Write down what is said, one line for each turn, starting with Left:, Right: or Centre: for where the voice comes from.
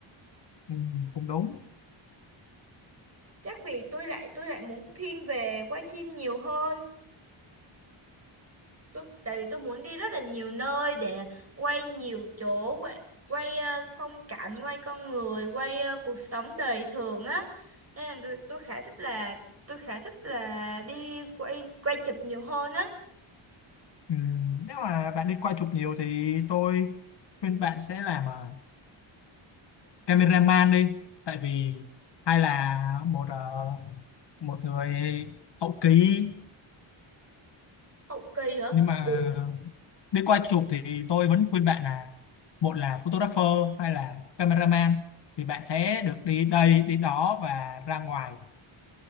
Left: ừ, cũng đúng
Right: chắc vì tôi lại tôi lại muốn thiên về quay phim nhiều hơn Tôi, tại vì tôi muốn đi rất là nhiều nơi để quay nhiều chỗ, quay, quay ờ, phong cảnh, quay con người, quay ờ, cuộc sống đời thường á. Nên là tôi, tôi khá thích là tôi khá thích là đi quay quay chụp nhiều hơn á.
Left: ừ, nếu mà bạn đi quay chụp nhiều thì tôi khuyên bạn sẽ làm ờ, cameraman đi tại vì hay là một ờ, một người hậu kỳ
Right: Hậu kỳ hả?
Left: nhưng mà
Right: Ủa,
Left: đi quay chụp thì tôi vẫn khuyên bạn là một là photographer hay là cameraman thì bạn sẽ được đi đây đi đó và ra ngoài